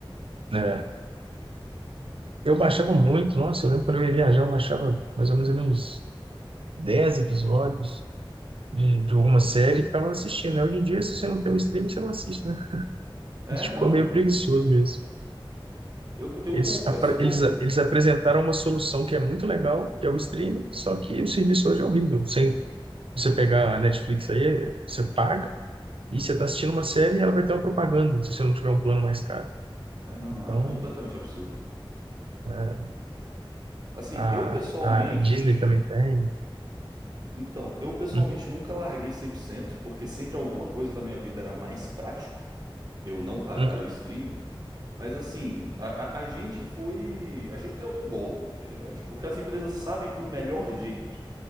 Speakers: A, on the right; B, on the right.
A: é. é. Eu baixava muito, nossa, eu lembro quando eu ia viajar, eu baixava mais ou menos ali uns 10 episódios de, de uma série e ficava assistindo. né? Hoje em dia, se você não tem um streaming, você não assiste, né? A
B: É,
A: gente
B: não,
A: ficou meio
B: não.
A: preguiçoso mesmo.
B: Eu, eu
A: Eles,
B: confesso
A: apre-
B: que
A: eles,
B: eu não.
A: eles apresentaram uma solução que é muito legal, que é o streaming, só que o serviço hoje é horrível. Sem você pegar a Netflix aí, você paga, E você está assistindo uma série e ela vai ter uma propaganda, se você não tiver um plano mais caro.
B: É, não, não,
A: Então,
B: é completamente absurdo.
A: é,
B: Assim,
A: a,
B: eu pessoalmente.
A: a Disney também tem.
B: Então, eu pessoalmente
A: Uhum,
B: nunca larguei 100%, porque sempre alguma coisa da minha vida era mais prático eu não pagar
A: uhum,
B: o streaming. Mas assim, a, a, a gente foi. A gente caiu num golpe, na realidade, porque as empresas sabem que o melhor jeito